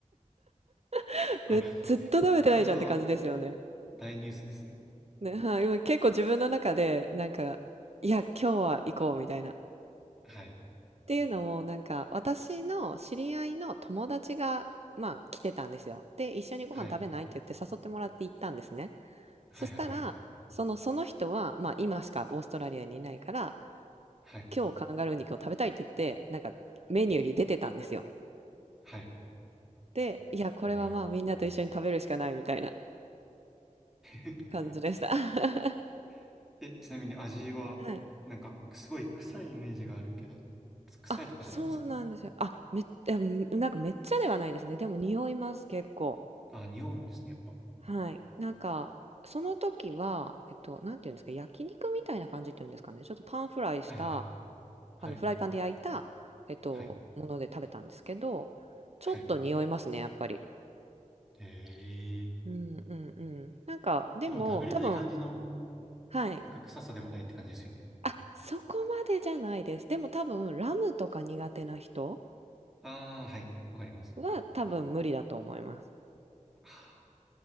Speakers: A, on the right; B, in the centre.
A: <laughs>
B: あら
A: え、ずっと食べてないじゃんって感じですよね。
B: それは大ニュースですね。
A: ね、はい。今結構自分の中で、なんか、いや、今日は行こうみたいな。
B: はい。
A: っていうのも、なんか、私の知り合いの友達が、まあ、来てたんですよ。で、一緒にご飯食べないって言って誘ってもらって行ったんですね。
B: はい。はいはいはい。
A: そしたら、その、その人は、まあ、今しかオーストラリアにいないから、
B: はい。
A: 今日カンガルー肉を食べたいって言って、なんか、メニューに出てたんですよ。
B: はい。
A: で、いや、これはまあ、
B: え
A: みんなと一緒に食べるしかないみたいな
B: ー
A: 感じでした。<laughs>
B: <laughs> え、ちなみに味は、
A: はい。
B: なんか、すごい臭いイメージがあるけど、臭いとかじゃないんですか
A: あ、そうなんですよ。あ、めっ、うんなんかめっちゃではないですね。でも匂います、結構。
B: あ、匂うんですね、やっぱ。は
A: はい。なんか、その時は、えっと、なんていうんですか、焼肉みたいな感じっていうんですかね。ちょっとパンフライした、
B: いはいはい。はい。
A: あの、フライパンで焼いた、えっと、
B: はい。
A: もので食べたんですけど、ちょっと匂いますね、
B: はい。
A: やっぱり。
B: へえ。
A: うんうんうん。なんか、でも、
B: でも食べれない感じの、
A: 多分、はい。
B: なんか臭さではないって感じですよね。
A: あ、そこまでじゃないです。でも多分、ラムとか苦手な人
B: ああ、はい。わかります。
A: は多分無理だと思います。
B: <sighs> はあ